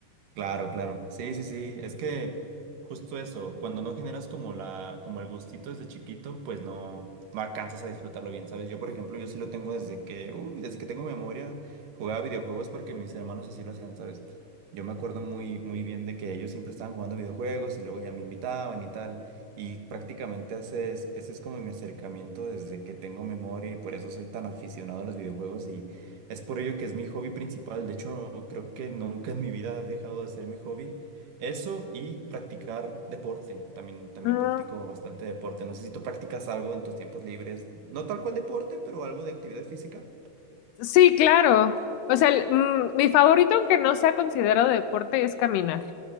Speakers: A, on the right; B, on the left.
A: claro, claro. Sí, sí, sí, es que justo eso, cuando no generas como la, como el gustito desde chiquito, pues no, no alcanzas a disfrutarlo bien, ¿sabes? Yo, por ejemplo, yo sí lo tengo desde que, uh, desde que tengo memoria, jugaba videojuegos porque mis hermanos así lo hacían, ¿sabes? Yo me acuerdo muy, muy bien de que ellos siempre estaban jugando videojuegos y luego ya me invitaban y tal. Y prácticamente ese es, ese es como mi acercamiento desde que tengo memoria y por eso soy tan aficionado a los videojuegos y. Es por ello que es mi hobby principal. De hecho, creo que nunca en mi vida he dejado de ser mi hobby. Eso y practicar deporte. También, también
B: Mm,
A: practico bastante deporte. No sé si tú practicas algo en tus tiempos libres. No tal cual deporte, pero algo de actividad física.
B: sí, claro. O sea, el- mm, mi favorito, aunque no sea considerado deporte, es caminar.